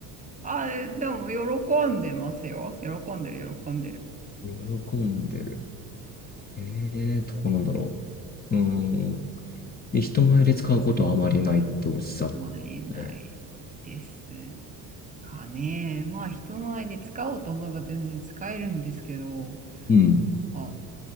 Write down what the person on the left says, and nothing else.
喜んでる。ええ、どこなんだろう。うん。で、人前で使うことはあまりないっておっしゃっ
たね。
うん。